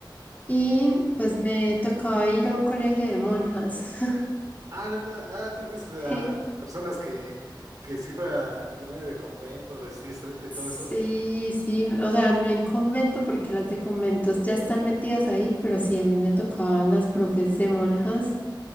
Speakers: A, on the left (about 20°); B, on the right (about 50°).
A: Y pues me tocaba ir a un colegio de monjas. <laughs>
B: Ah, neta, ah, tú fuiste de
A: Sí.
B: las personas que, que sí fue a primaria de convento, de sí, striptease y
A: Sí,
B: todo eso.
A: sí, o sea, no en convento porque las de conventos ya están metidas ahí, pero sí, a mí me tocaban las profes de monjas.